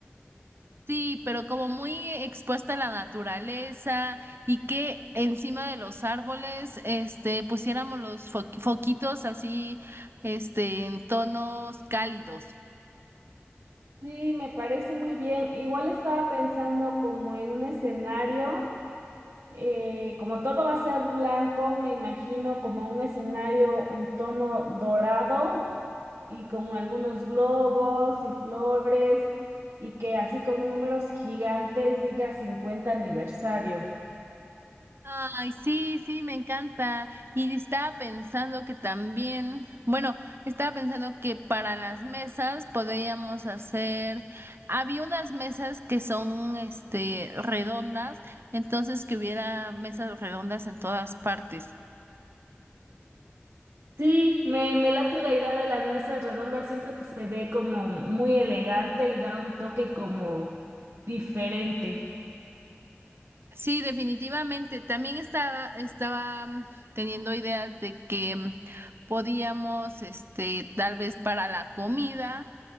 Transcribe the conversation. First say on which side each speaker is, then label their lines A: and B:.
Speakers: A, on the right (about 60°); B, on the right (about 85°).
A: Sí, pero como muy expuesta a la naturaleza y que encima de los árboles, este, pusiéramos los fo- foquitos así, este, en tonos cálidos.
B: Sí, me parece muy bien. Igual estaba pensando como en un escenario, eh, como todo va a ser blanco, me imagino como un escenario en tono dorado y con algunos globos y flores y que así con números gigantes diga 50 aniversario.
A: Ay, sí, sí, me encanta. Y estaba pensando que también, bueno, estaba pensando que para las mesas podríamos hacer, había unas mesas que son, este, redondas, entonces que hubiera mesas redondas en todas partes.
B: Sí, me, me late la idea de las mesas redondas, siento que se ve como muy elegante y da un toque como diferente.
A: Sí, definitivamente. También estaba, estaba mm, teniendo ideas de que mm, podíamos, este, tal vez para la comida.